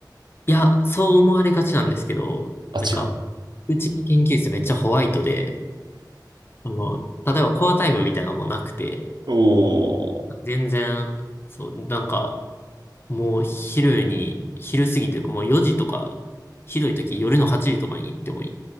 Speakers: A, on the left; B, on the right.
A: いや、そう思われがちなんですけど、
B: あ、
A: なんか、
B: 違う。
A: うちの研究室めっちゃホワイトで、あの、例えばコアタイムみたいなのもなくて、
B: おー、
A: 全然、そう、なんか、もう昼に、昼過ぎというかもう4時とか、ひどい時夜の8時とかに行ってもい